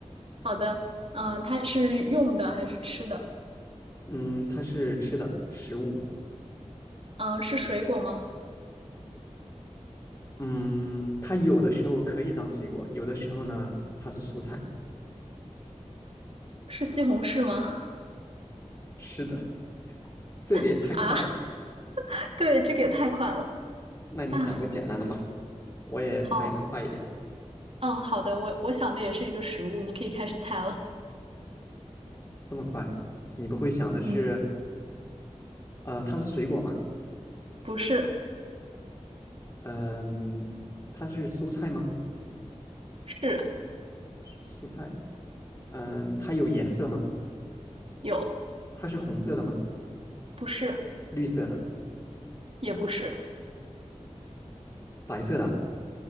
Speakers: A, on the right; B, on the left.
A: 好的，嗯、它是用的还是吃的？
B: 嗯，它是吃的食物。
A: 嗯、是水果吗？
B: 嗯，它有的时候可以当水果，有的时候呢它是蔬菜。
A: 是西红柿吗？
B: 是的，这个也太快了。
A: <laughs> 啊，<laughs> 对，这个也太快了
B: 那你想个简单的吧，
A: 啊！
B: 我也猜的快一点。
A: 好，嗯，好的，我我想的也是一个食物，你可以开始猜了。
B: 这么快，你不会想的是
A: 嗯，
B: 呃它是水果吗？
A: 不是，
B: 嗯，它是蔬菜吗？
A: 是
B: 蔬菜。嗯，它有颜色吗？
A: 有，
B: 它是红色的吗？
A: 不是，
B: 绿色的、
A: 也不是，
B: 白色的、